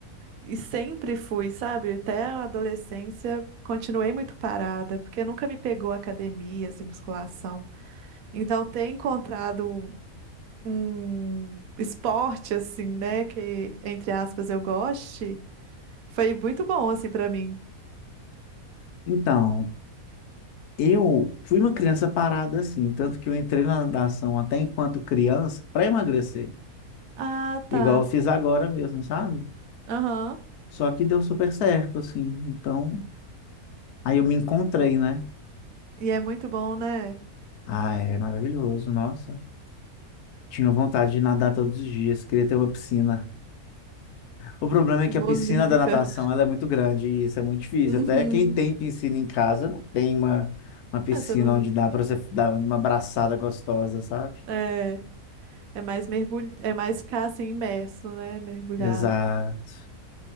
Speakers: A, on the right; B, on the left.
A: E sempre fui, sabe? Até a adolescência continuei muito parada, porque nunca me pegou academia, assim, musculação. Então, ter encontrado um esporte assim, né, que entre aspas eu goste, foi muito bom assim pra mim.
B: Então, Eu fui uma criança parada assim, tanto que eu entrei na natação até enquanto criança para emagrecer,
A: Ah, tá.
B: igual eu fiz agora mesmo, sabe?
A: Aham.
B: Só que deu super certo, assim. Então, aí eu me encontrei, né?
A: E é muito bom, né?
B: Ah, é maravilhoso, nossa. Tinha vontade de nadar todos os dias, queria ter uma piscina. O problema é
A: Uma
B: que a piscina
A: Olímpica.
B: da natação, ela é muito grande e isso é muito difícil.
A: Uhum.
B: Até quem tem piscina em casa não tem uma, uma piscina
A: Ah, Você não
B: onde dá para você dar uma abraçada gostosa, sabe?
A: é é mais mergulho, é mais ficar assim imerso, né, mergulhado.
B: Exato.